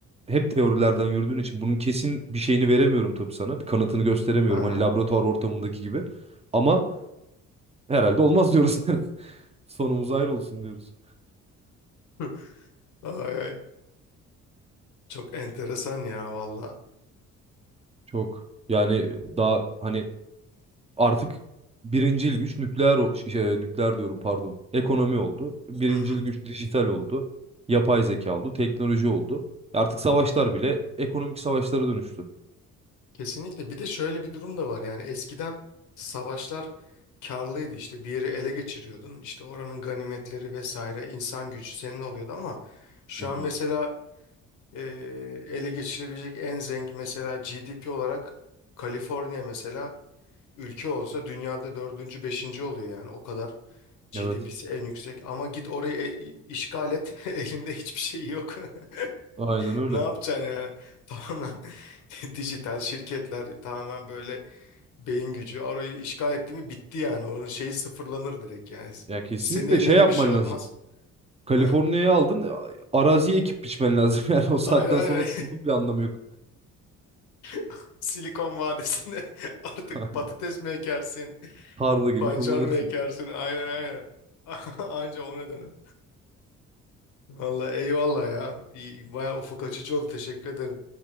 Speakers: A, on the right; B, on the left.
A: hep teorilerden yürüdüğün için bunun kesin bir şeyini veremiyorum tabii sana. Bir kanıtını gösteremiyorum.
B: <laughs> Aha.
A: Hani laboratuvar ortamındaki gibi. Ama herhalde olmaz diyoruz. <laughs> Yani sonumuz ayrı olsun diyoruz.
B: <laughs> Ay ay. Çok enteresan ya valla.
A: Çok. Yani e, daha hani artık birincil güç nükleer o- şey, nükleer diyorum pardon. Ekonomi oldu. Birincil
B: Hı hı.
A: güç dijital oldu. Yapay zeka oldu. Teknoloji oldu. Artık savaşlar bile ekonomik savaşlara dönüştü.
B: Kesinlikle. Bir de şöyle bir durum da var yani eskiden savaşlar karlıydı işte bir yeri ele geçiriyordun işte oranın ganimetleri vesaire insan gücü senin oluyordu ama şu
A: Hı hı.
B: an mesela e, ele geçirebilecek en zengin mesela GDP olarak Kaliforniya mesela ülke olsa dünyada dördüncü, beşinci oluyor yani o kadar GDP'si
A: Evet.
B: en yüksek ama git orayı e- i- işgal et <laughs> elinde hiçbir şey yok
A: Aynen
B: <laughs>
A: öyle.
B: ne yapacaksın yani <laughs> tamamen <laughs> dijital şirketler tamamen böyle beyin gücü orayı işgal etti mi bitti yani onun şeyi sıfırlanır direkt yani
A: Ya kesinlikle
B: senin eline
A: şey
B: de
A: yapman
B: bir şey olmaz.
A: lazım. Kaliforniya'yı
B: Ha.
A: aldın, a- araziye ekip biçmen lazım. <laughs> Yani o saatten
B: Aynen aynen
A: sonra da onun bir anlamı yok.
B: <laughs> Silikon Vadisi'nde <laughs> artık
A: <laughs>
B: patates mi ekersin?
A: Tarla gibi
B: Pancar
A: kullanırsın.
B: mı ekersin? Aynen aynen. <laughs> Anca ona döner. Valla eyvallah ya. İyi, baya ufuk açıcı oldu. Teşekkür ederim.